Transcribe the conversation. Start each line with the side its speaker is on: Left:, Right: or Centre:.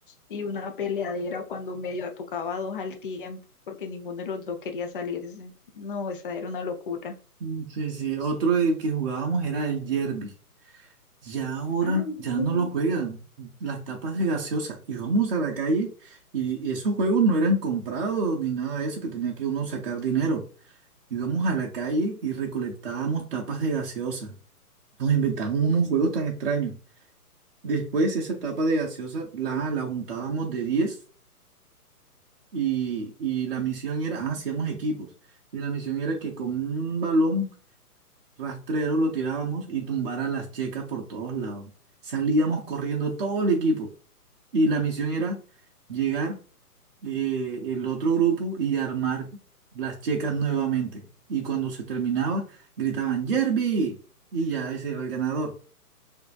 Left: y una peleadera cuando medio tocaba dos al tiempo, porque ninguno de los dos quería salirse. No, esa era una locura.
Right: Mm, Sí, sí, otro del que jugábamos era el Yerby. Ya ahora
Left: Ay,
Right: ya
Left: sí.
Right: no lo juegan. Las tapas de gaseosa. Íbamos a la calle y esos juegos no eran comprados ni nada de eso, que tenía que uno sacar dinero. Íbamos a la calle y recolectábamos tapas de gaseosa. Nos inventábamos unos juegos tan extraños. Después esa tapa de gaseosa la, la juntábamos de 10 y, y la misión era, ah, hacíamos equipos, y la misión era que con un balón rastrero lo tirábamos y tumbara las checas por todos lados. Salíamos corriendo todo el equipo y la misión era llegar eh, el otro grupo y armar las checas nuevamente. Y cuando se terminaba, gritaban, Jerby, y ya ese era el ganador.